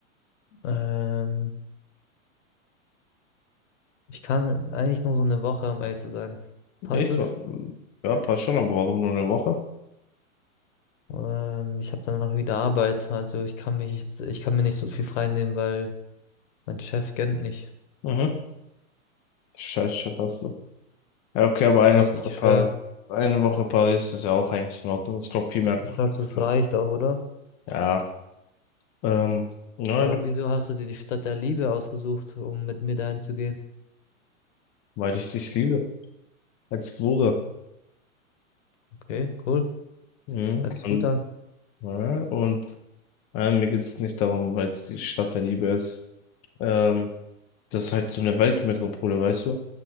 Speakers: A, on the left; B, on the left.
A: ähm, ich kann eigentlich nur so eine Woche, um ehrlich zu sein. Passt
B: Echt?
A: es?
B: Ja, passt schon, aber warum nur eine Woche?
A: Ähm, ich habe danach wieder Arbeit, also ich kann mich, ich kann mir nicht so viel frei nehmen, weil mein Chef kennt nicht.
B: Mhm. Scheiße, passt so. Ja, okay, aber eine
A: Ja,
B: Woche
A: ich
B: Paris,
A: schwöre.
B: eine Woche Paris ist ja auch eigentlich in Ordnung. Ich glaube, viel mehr.
A: Ich Ja. glaube, das
B: Genau.
A: reicht auch, oder?
B: Ja, ähm, nein,
A: Aber wieso hast du dir die Stadt der Liebe ausgesucht, um mit mir dahin zu gehen?
B: weil ich dich liebe. Als Bruder.
A: Okay, cool.
B: Mhm.
A: Hört sich
B: Und,
A: gut an.
B: ja, und Äh, mir geht es nicht darum, weil es die Stadt der Liebe ist. Ähm, das ist halt so eine Weltmetropole, weißt du?